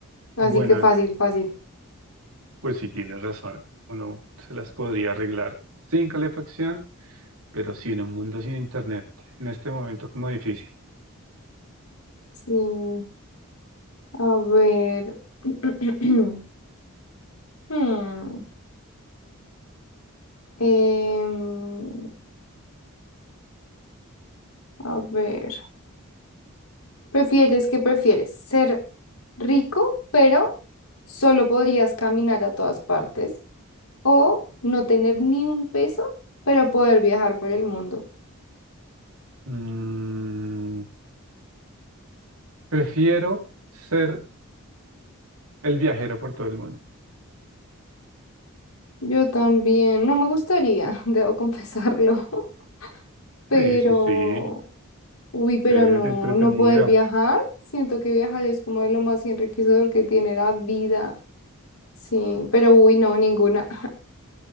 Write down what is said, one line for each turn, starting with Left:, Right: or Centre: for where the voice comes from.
Left: Así
Right: Buena,
Left: que fácil, fácil.
Right: pues sí tienes razón. Uno se las podría arreglar sin calefacción, pero sí en un mundo sin internet, en este momento como difícil.
Left: Sí, a ver. <clears throat> Hmm, em, A ver, ¿prefieres que prefieres? ¿Ser rico, pero solo podrías caminar a todas partes? ¿O no tener ni un peso, pero poder viajar por el mundo?
Right: Mm, prefiero ser el viajero por todo el mundo.
Left: Yo también, no me gustaría, <laughs> debo confesarlo, <laughs> pero,
Right: Sí, sí, sí.
Left: uy, pero
Right: Ser
Left: no,
Right: entretenido.
Left: no poder viajar. Siento que viajar es como de lo más enriquecedor que tiene la vida. Sí, pero uy, no, ninguna. <laughs>